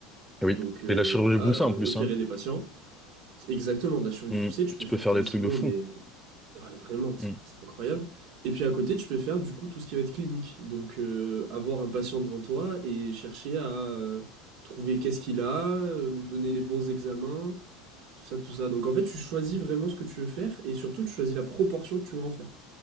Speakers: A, in the centre; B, on the right (about 50°).
A: Et oui.
B: Donc euh,
A: Et la chirurgie
B: voilà,
A: Boussin
B: euh,
A: en plus,
B: et opérer
A: hein.
B: des patients. C'est Exactement, de la chirurgie
A: Mm.
B: poussée, tu peux
A: Tu
B: faire
A: peux faire
B: quasiment,
A: des trucs de fou.
B: mais ouais, vraiment, c'est
A: Mm.
B: c'est incroyable. Et puis à côté, tu peux faire du coup tout ce qui va être clinique. Donc euh, avoir un patient devant toi et chercher à euh, trouver qu'est-ce qu'il a, euh, lui donner les bons examens, tout ça, tout ça. Donc en fait, tu choisis vraiment ce que tu veux faire et surtout, tu choisis la proportion que tu veux en faire.